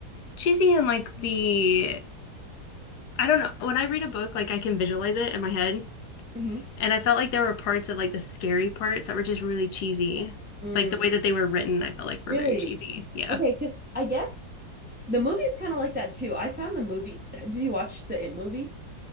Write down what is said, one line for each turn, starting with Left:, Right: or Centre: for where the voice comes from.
Left: Cheesy and like the, I don't know, when I read a book, like I can visualize it in my head,
Right: hmm
Left: and I felt like there were parts of like the scary parts that were just really cheesy.
Right: Mm,
Left: Like the way that they were written, I felt like
Right: really?
Left: were very cheesy. Yeah.
Right: Okay, because I guess the movie's kind of like that too. I found the movie. Did you watch the It movie?